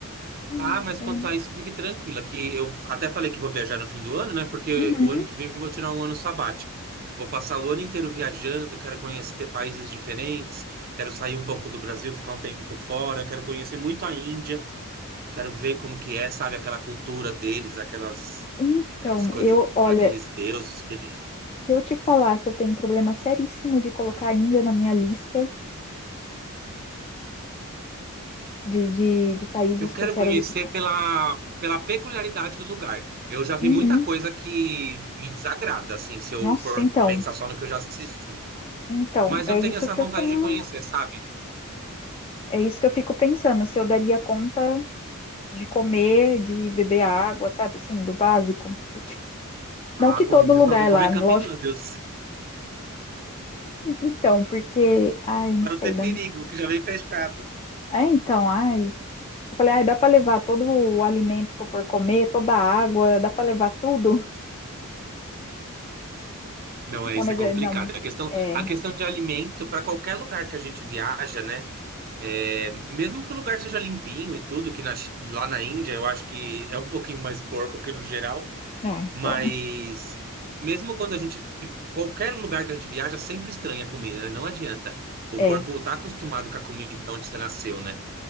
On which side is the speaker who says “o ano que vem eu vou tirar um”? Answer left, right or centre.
Right